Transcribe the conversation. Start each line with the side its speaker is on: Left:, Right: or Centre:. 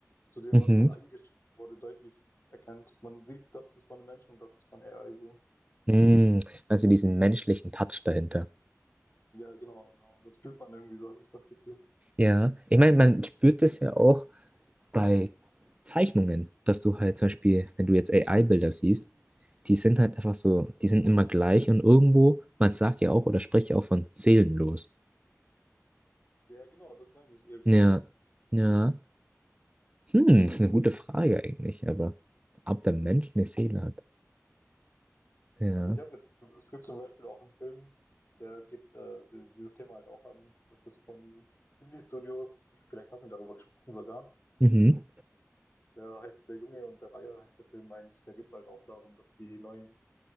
Left: zu dem,
Right: Mhm.
Left: was von AI geschaffen wurde, deutlich erkennt. Man sieht, das ist von einem Menschen und das ist von AI so.
Right: Mm, Also diesen menschlichen Touch dahinter.
Left: Ja, genau, genau. Das fühlt man irgendwie, so habe ich das Gefühl.
Right: Ja, ich meine, man spürt das ja auch bei Zeichnungen, dass du halt zum Beispiel, wenn du jetzt AI-Bilder siehst, die sind halt einfach so, die sind immer gleich und irgendwo, man sagt ja auch oder spricht ja auch von seelenlos.
Left: Ja, genau, das meine ich eben,
Right: Ja,
Left: ne?
Right: ja. Hm, ist eine gute Frage eigentlich, aber ob der Mensch eine Seele hat. Ja.
Left: Also ich habe jetzt, es gibt zum Beispiel auch einen Film, der geht äh, die- dieses Thema halt auch an. Das ist von Ghibli Studios. Ich- Vielleicht hat wir darüber gesprochen sogar.
Right: Mhm.
Left: Der heißt Der Junge und der Reiher heißt der Film eigentlich. Da geht es halt auch darum, dass die neuen